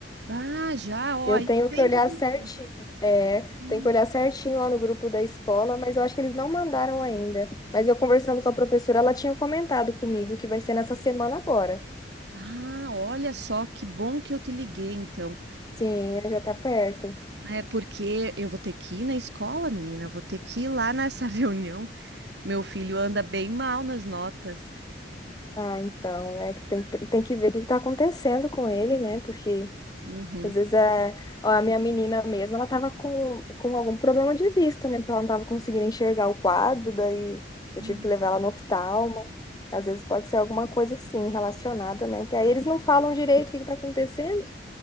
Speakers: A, on the right; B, on the left.
A: Ah, já, ó,
B: Eu
A: ainda
B: tenho
A: bem
B: que olhar
A: que eu te
B: certinho.
A: liguei.
B: É,
A: Hum.
B: tem que olhar certinho lá no grupo da escola, mas eu acho que eles não mandaram ainda. Mas eu conversando com a professora, ela tinha comentado comigo que vai ser nessa semana agora.
A: Ah, olha só, que bom que eu te liguei, então.
B: Sim, né, já tá perto.
A: É porque eu vou ter que ir na escola, menina, eu vou ter que ir lá nessa <laughs> reunião. Meu filho anda bem mal nas notas.
B: Ah, então, é que tem, tem que ver o que que tá acontecendo com ele, né? Porque
A: Uhum.
B: Às vezes é. ó, a minha menina mesmo, ela tava com, com algum problema de vista, né? Porque ela não tava conseguindo enxergar o quadro, daí
A: Hum,
B: eu tive que levar ela no oftalmo. Às vezes pode ser alguma coisa assim, relacionada, né? Que aí
A: pois
B: eles não falam direito o que que tá acontecendo.